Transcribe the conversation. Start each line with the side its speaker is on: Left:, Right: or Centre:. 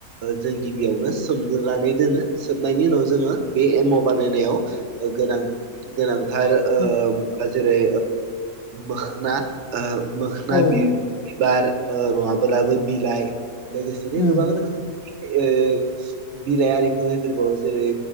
Right: जों गिबियावनो सोमग्रोनानै दोनो सोमनायनि उनाव जोङो बे एमाव बानायनायाव गोनां गोनां थार ओ-ओ
Left: उम
Right: मोखोन जेरै मोखोना ओ मोखोना
Left: औ
Right: बि बार नङाब्लाबो बिलाइ लोगोसेनो
Left: उम
Right: गोबां रोखोमनि ओ बिलाइ आरिफोर होदेरबावो जेरै